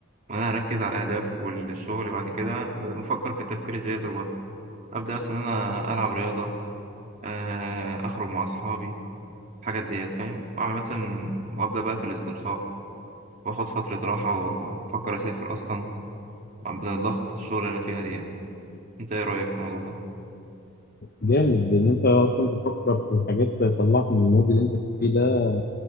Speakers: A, on the right (about 35°); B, on the left (about 45°).
A: وانا هركز على الاهداف والشغل بعد كده بدل ما افكر في التفكير الزياده دوت ابدا مثلا إن انا العب رياضه آه، اخرج مع اصحابي الحاجات ديت فاهم واعمل مثلا وابدا بقى في الاسترخاء واخد فتره راحه وافكر اسافر اصلا بدل ضغط الشغل اللي انا فيها ديت انت ايه رايك في الموضوع ده
B: جامد إن أنت أصلا تفكر في حاجات تطلعك من المود اللي أنت فيه ده